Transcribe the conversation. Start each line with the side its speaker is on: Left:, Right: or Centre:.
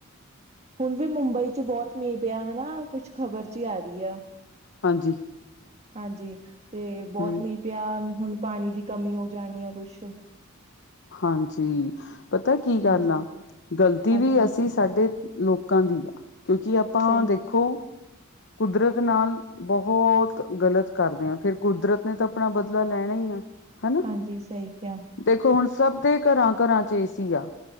Right: ਹੁਣ ਵੀ ਮੁੰਬਈ ਚ ਬਹੁਤ ਮੀਂਹ ਪਿਆ ਹਨਾ ਕੁਛ ਖ਼ਬਰ ਜਿਹੀ ਆ ਰਹੀ ਆ
Left: ਹਾਂਜੀ।
Right: ਹਾਂਜੀ। ਤੇ ਬਹੁਤ
Left: ਹਮ
Right: ਮੀਂਹ ਪਿਆ ਹੁਣ ਪਾਣੀ ਦੀ ਕਮੀ ਹੋ ਜਾਣੀ ਹੈ ਕੁਛ
Left: ਹਾਂਜੀ ਪਤਾ ਕੀ
Right: ਹਾਂਜੀ
Left: ਗੱਲ ਆ ਗਲਤੀ
Right: ਹਾਂਜੀ
Left: ਵੀ ਅਸੀਂ ਸਾਡੇ ਲੋਕਾਂ ਦੀ ਆ ਕਿਉਂਕਿ ਆਪਾਂ
Right: ਸਹੀ
Left: ਦੇਖੋ ਕੁਦਰਤ ਨਾਲ ਬਹੁਤ ਗਲਤ ਕਰਦੇ ਆ ਫਿਰ ਕੁਦਰਤ ਨੇ ਤਾਂ ਆਪਣਾ ਬਦਲਾ ਲੈਣਾ ਹੀ ਆ। ਹਨਾ
Right: ਹਾਂਜੀ। ਸਹੀ ਕਿਹਾ।
Left: ਦੇਖੋ ਹੁਣ ਸਭ ਦੇ ਘਰਾਂ, ਘਰਾਂ ਚ ਏਸੀ ਹੈ